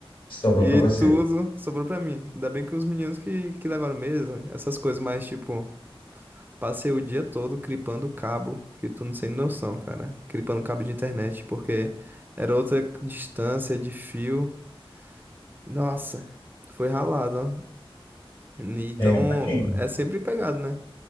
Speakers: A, on the left (about 55°); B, on the right (about 20°).
A: Sobrou
B: e
A: para você.
B: tudo sobrou pra mim. Ainda bem que os meninos que, que levaram mesa, essas coisas mais, tipo, passei o dia todo clipando cabo, que tu não tem noção, cara. Clipando cabo de internet, porque era outra distância de fio. Nossa, foi ralado, ó. Então,
A: É, imagino.
B: é sempre pegado, né?